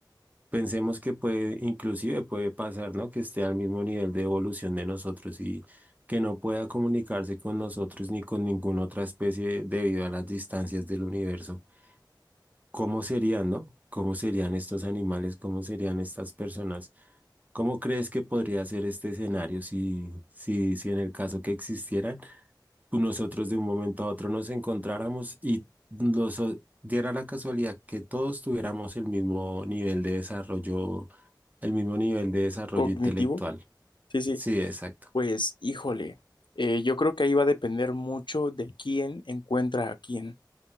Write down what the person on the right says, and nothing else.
Pensemos que puede, inclusive puede pasar, ¿no? Que esté al mismo nivel de evolución de nosotros y que no pueda comunicarse con nosotros ni con ninguna otra especie debido a las distancias del universo. ¿Cómo serían, no? ¿Cómo serían estos animales? ¿Cómo serían estas personas? ¿Cómo crees que podría ser este escenario si, si, si en el caso que existieran? nosotros de un momento a otro nos encontráramos y nos o- diera la casualidad que todos tuviéramos el mismo nivel de desarrollo, el mismo nivel de desarrollo
intelectual.
Sí, exacto.